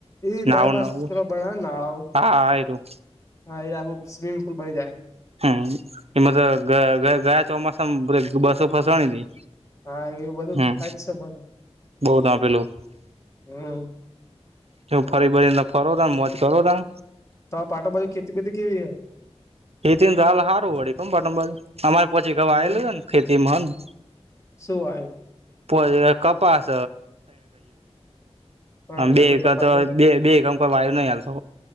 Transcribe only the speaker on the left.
એ
બાયપાસ
બ નાળાઓ
હા એ આખું સ્વિમિંગ પુલ બની જાય.
હા, એવું બધું
થાય જ છે બન
હમ.
તો આ પાટણ બાજુ ખેતી બેતી કેવી હૈ.
એવું
શું વાયુ?
પ્રાણી
કજો
કપાસ હે